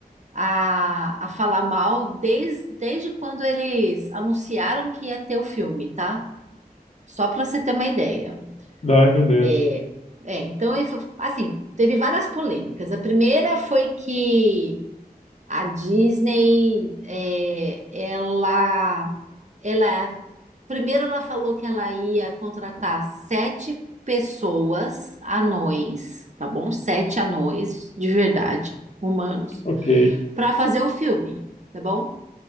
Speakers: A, on the right; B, on the left.
A: a, a falar mal desde, desde quando eles anunciaram que ia ter o filme, tá? Só para você ter uma ideia.
B: Ai, meu Deus.
A: É, é, então, ele foi- assim, teve várias polêmicas. A primeira foi que A Disney, é, ela, ela, primeiro ela falou que ela ia contratar sete pessoas, anões, tá bom? Sete anões de verdade, humanos,
B: Ok.
A: para fazer o filme, tá bom?